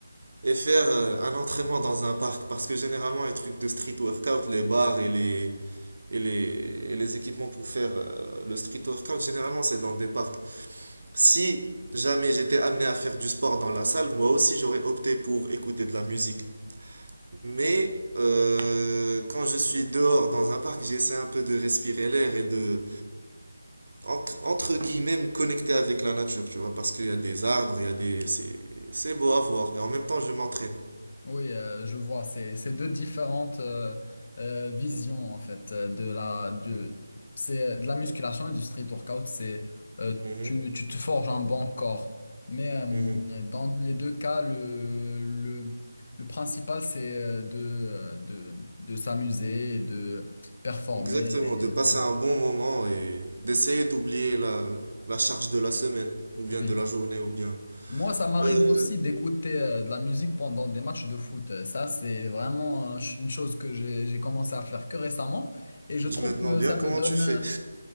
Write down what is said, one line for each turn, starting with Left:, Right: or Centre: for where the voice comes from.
Right: et faire euh, un entraînement dans un parc. Parce que généralement, les trucs de street workout, les bars et les, et les, et les équipements pour faire euh, le street workout, généralement, c'est dans des parcs. Si jamais j'étais amené à faire du sport dans la salle, moi aussi, j'aurais opté pour écouter de la musique. Mais euh, quand je suis dehors dans un parc, j'essaie un peu de respirer l'air et de entre, entre guillemets, me connecter avec la nature, tu vois, parce qu'il y a des arbres, il y a des... C'est, c'est beau à voir. Et en même temps, je m'entraîne.
Left: Oui, euh, je vois, c'est c'est deux différentes euh, euh, visions en fait euh, de la du c'est euh, de la musculation et du street workout, c'est euh,
Right: Mhm,
Left: tu, tu te forges un bon corps. Mais euh,
Right: mhm.
Left: dans les deux cas, le le, le principal c'est euh, de, euh, de de s'amuser et de performer
Right: Exactement,
Left: et
Right: de passer
Left: ouais.
Right: un bon moment et d'essayer d'oublier la, la charge de la semaine, ou bien
Left: oui.
Right: de la journée, ou bien...
Left: Moi, ça m'arrive
Right: Euh,
Left: aussi d'écouter euh, de la musique pendant des matchs de foot. Euh, Ça, c'est vraiment un ch- une chose que j'ai j'ai commencé à faire que récemment. Et je
Right: je
Left: trouve
Right: me demande
Left: que
Right: bien
Left: ça
Right: comment
Left: me donne...
Right: tu fais.
Left: euh,